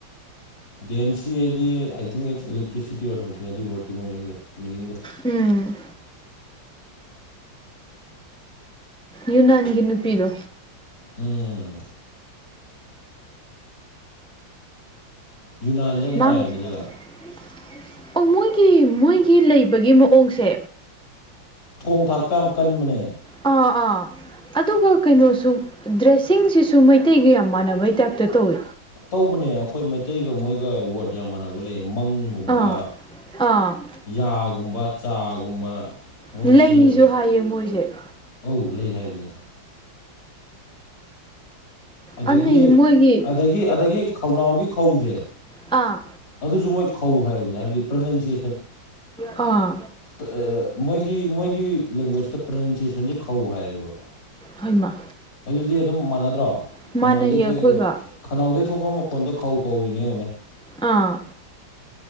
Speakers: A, on the left; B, in the centre.
A: ꯗꯦꯟꯁꯤ ꯍꯥꯏꯗꯤ I think it's electricity or something ꯑꯗꯨꯎ ꯋꯔꯗꯠꯇꯨꯒꯤ ꯃꯃꯤꯡꯗꯣ ꯃꯤꯅꯤꯡꯗꯣ꯫
B: ꯎꯝ ꯌꯨꯅꯟꯒꯤ ꯅꯨꯄꯤꯗꯣ
A: ꯎꯝ ꯌꯨꯅꯥꯟꯁꯦ ꯌꯥꯝ ꯅꯨꯡꯉꯥꯏꯕꯅꯦ
B: ꯃꯥꯡ
A: ꯖꯒꯥ
B: <unintelligible> ꯑꯣ ꯃꯣꯏꯒꯤ ꯃꯣꯏꯒꯤ ꯂꯩꯕꯒꯤ ꯃꯑꯣꯡꯁꯦ
A: ꯊꯣꯡ ꯊꯥꯛꯇ ꯌꯥꯝ ꯀꯟꯕꯅꯦ
B: ꯑꯥ ꯑꯥ ꯑꯗꯨꯒ ꯀꯩꯅꯣꯁꯨ ꯗ꯭ꯔꯦꯁꯤꯡꯁꯤꯁꯨ ꯃꯩꯇꯩꯒ ꯌꯥꯝ ꯃꯥꯟꯅꯕꯩ ꯇꯥꯏꯞꯇ ꯇꯧꯋꯦ
A: ꯇꯧꯕꯅꯦ ꯑꯩꯈꯣꯏ ꯃꯩꯇꯩꯒ ꯃꯣꯏꯒ ꯋꯥꯔꯗ ꯌꯥꯝ ꯃꯥꯟꯅꯕ ꯂꯩꯌꯦ ꯃꯪ ꯒꯨꯝꯕ
B: ꯑꯥ ꯑꯥ
A: ꯌꯥꯒꯨꯝꯕ ꯆꯥꯒꯨꯝꯕ ꯃꯣꯏꯁꯨ
B: ꯂꯩꯁꯨ
A: ꯁꯤꯟꯅꯕꯅꯦ
B: ꯍꯥꯏꯌꯦ ꯃꯣꯏꯁꯦ
A: ꯑꯧ ꯂꯩ ꯍꯥꯏꯕꯅꯦ ꯑꯗꯒꯤ
B: ꯑꯗꯨꯅ ꯃꯣꯏꯒꯤ
A: ꯑꯗꯒꯤ ꯑꯗꯒꯤ ꯈꯧꯅꯥꯎꯒꯤ ꯈꯧꯖꯦ
B: ꯑꯥ
A: ꯑꯗꯨꯁꯨ ꯃꯣꯏ ꯈꯧꯎ ꯍꯥꯏꯕꯅꯤ ꯍꯥꯏꯕꯗꯤ ꯄ꯭ꯔꯅꯟꯁꯤ
B: ꯑꯥ
A: ꯑꯦ ꯑꯦ ꯃꯣꯏꯒꯤ ꯃꯣꯏꯒꯤ ꯂꯦꯡꯒ꯭ꯋꯦꯖꯇ ꯄ꯭ꯔꯅꯟꯁꯦꯁꯟꯁꯦ ꯈꯧ ꯍꯥꯏꯌꯦꯕ
B: ꯍꯩꯃꯥ
A: ꯑꯗꯨꯗꯤ ꯑꯗꯨꯝ ꯃꯥꯟꯅꯗ꯭ꯔꯣ
B: ꯃꯥꯟꯅꯩꯌꯦ
A: ꯈꯧꯅꯥꯎꯗꯩ ꯊꯣꯛꯏꯕ
B: ꯑꯩꯈꯣꯏꯒ
A: ꯈꯅꯥꯎꯗꯩ ꯊꯣꯛꯄ ꯃꯈꯣꯟꯗꯣ ꯈꯧ ꯀꯧꯔꯤꯅꯦ ꯌꯦꯡꯉꯨꯅꯦ
B: ꯑꯥ